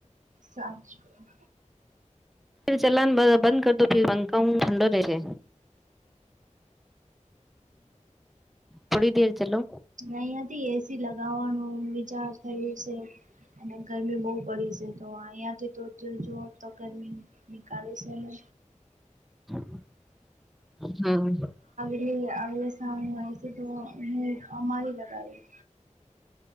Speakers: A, on the right; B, in the centre.
A: સાચું
B: ફ ચલાન બંધ કરતો પંખા હું ઠંડો રહેશે થોડી દેર ચલો
A: અહયાથી એસી લગાવવાનું વિચાર થયું છે અને ગરમી બહુ પડી છે તો અહિયાં થી તો જુઓ તો ગરમી નીકાલે છેને
B: હમ્મ
A: કે અગલે શામને હોય છે તો હ અમારી લગાવી